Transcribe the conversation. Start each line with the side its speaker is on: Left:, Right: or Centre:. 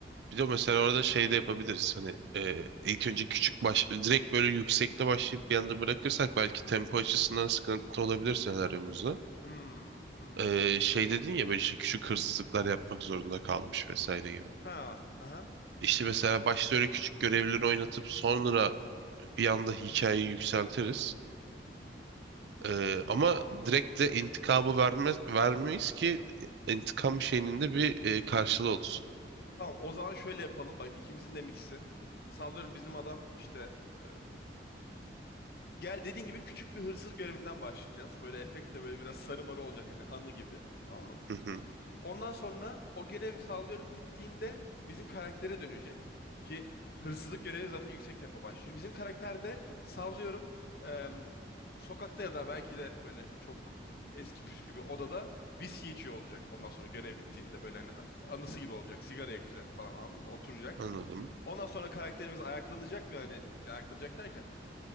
Right: bir de mesela orada şey de yapabiliriz. Hani e, ilk önce küçük baş direkt böyle yüksekte başlayıp bir anda bırakırsak belki tempo açısından sıkıntı olabilir senaryomuzda.
Left: Hmm. Hı hı.
Right: E, şey dedin ya böyle işte küçük hırsızlıklar yapmak zorunda kalmış vesaire gibi.
Left: Ha. Hı hı.
Right: İşte mesela başta öyle küçük görevleri oynatıp sonra bir anda hikayeyi yükseltiriz. Ee, ama
Left: Anladım.
Right: direkt de intikamı verme, vermeyiz ki intikam şeyinin de bir e, karşılığı olsun.
Left: Tamam o zaman şöyle yapalım. Bak ikimizin de miksi. Sallıyorum bizim adam işte e, gel dediğin gibi küçük bir hırsız görevinden başlayacağız. Böyle efekt de böyle biraz sarı marı olacak hani anı gibi. Tamam mı?
Right: Hı hı,
Left: Ondan sonra o görev sallıyorum bittiğinde bizim karaktere dönecek. Ki hırsızlık görevi zaten yüksek tempo başlıyor. Bizim karakter de sallıyorum em, sokakta ya da belki de böyle çok eski püskü bir odada viski içiyor olacak. Ondan sonra görev bittiğinde böyle hani anısı gibi olacak. Sigara yakacak falan anladın mı? Oturacak.
Right: anladım,
Left: Ondan sonra karakterimiz ayaklanacak ve hani ayaklanacak derken